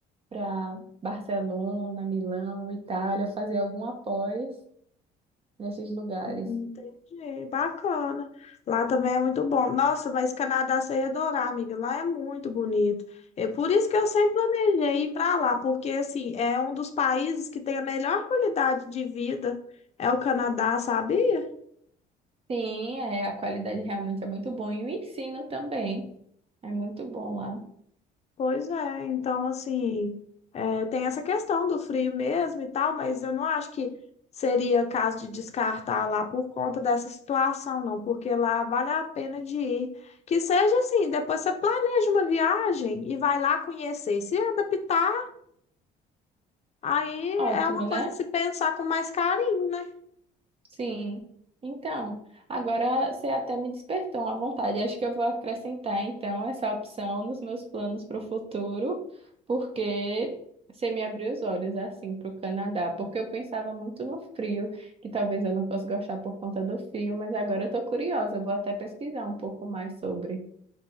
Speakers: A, on the right (about 35°); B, on the left (about 40°).
A: para Barcelona, Milão, Itália, fazer algum após nesses lugares.
B: Entendi, bacana. Lá também é muito bom. Nossa, mas Canadá você ia adorar, amiga. Lá é muito bonito. É por isso que eu sempre planejei ir para lá, porque assim, é um dos países que tem a melhor qualidade de vida. É o Canadá, sabia?
A: Sim, é, a qualidade realmente é muito boa e o ensino também é muito bom lá.
B: Pois é, então assim, é, tem essa questão do frio mesmo e tal, mas eu não acho que seria caso de descartar lá por conta dessa situação, não, porque lá vale a pena de ir. Que seja assim, depois você planeja uma viagem e vai lá conhecer. Se adaptar, aí
A: Ótimo,
B: é uma coisa
A: né?
B: a se pensar com mais carinho, né?
A: Sim. Então, agora você até me despertou uma vontade. Acho que eu vou acrescentar, então, essa opção nos meus planos para o futuro, porque você me abriu os olhos, assim, para o Canadá. Porque eu pensava muito no frio, que talvez eu não fosse gostar por conta do frio, mas agora eu estou curiosa. eu Vou até pesquisar um pouco mais sobre.